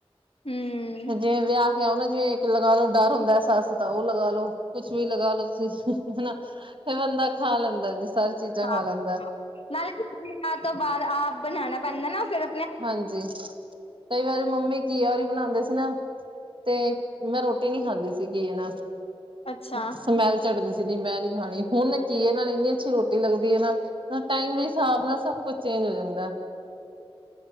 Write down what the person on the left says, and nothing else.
ਖਾਣਾ ਹਮ
ਹਾਂ
ਨਾਲੇ ਨਾ ਵਿਆ ਤੋਂ ਬਾਦ ਆਪ ਬਣਾਣਾ ਪੈਂਦੇ ਨਾ ਫੇਰ
ਅੱਛਾ